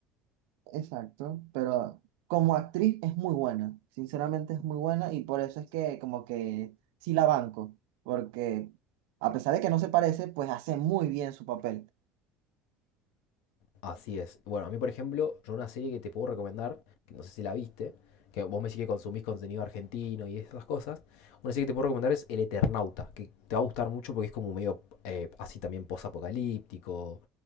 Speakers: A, on the right; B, on the left.
A: exacto, pero como actriz es muy buena, sinceramente es muy buena y por eso es que como que sí la banco, porque a pesar de que no se parece, pues hace muy bien su papel.
B: Así es. Bueno, a mí, por ejemplo, yo una serie que te puedo recomendar, que no sé si la viste, que vos me decís que consumís contenido argentino y esas cosas, una serie que te puedo recomendar es El Eternauta, que te va a gustar mucho porque es como medio eh, así también post-apocalíptico.